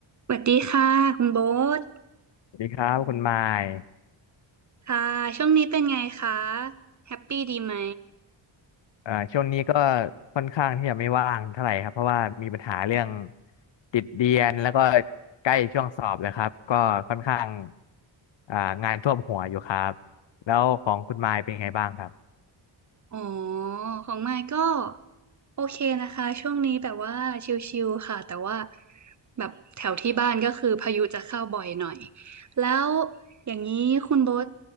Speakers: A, on the right; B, on the left.
A: สวัสดีค่ะคุณโบ๊ท
B: สวัสดีครับคุณไมาย
A: ค่ะช่วงนี้เป็นไงคะแฮปปี้ดีไหม
B: เอ่อช่วงนี้ก็ค่อนข้างที่จะไม่ว่างเท่าไหร่ครับเพราะว่ามีปัญหาเรื่องติดเรียนแล้วก็ใกล้ช่วงสอบแล้วครับก็ค่อนข้างอ่างานท่วมหัวอยู่ครับแล้วของคุณไมายเป็นไงบ้างครับ
A: อ๋อของมายก็โอเคนะคะช่วงนี้แบบว่าชิลๆค่ะแต่ว่าแบบแถวที่บ้านก็คือพายุจะเข้าบ่อยหน่อยแล้วอย่างนี้คุณโบ๊ท